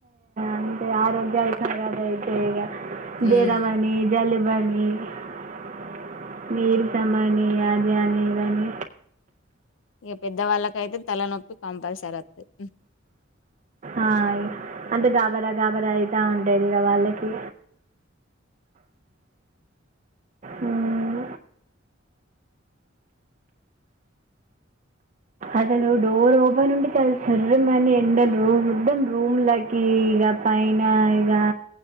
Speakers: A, on the right (about 40°); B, on the left (about 70°).
A: అంతే ఆరోగ్యాలు కరాబా అవుతాయి ఇగ
B: ఉమ్,
A: జరమనీ జలుబనీ హుం నీళ్ళు తేమని అది అని ఇది అని
B: ఇక పెద్ద వాళ్ళకైతే తలనొప్పి కంపల్సరీ వస్తది
A: ఆ అంటే గాబరా గాబరా అయితా ఉంటాది ఇగ వాళ్ళకి హ్మ్. అసలు డోర్ ఓపెన్ ఉంటే చాలా చర్రమని ఎండ రుమ్ మద్దం రూమ్ లకి ఇగ ఆ పైన ఇగ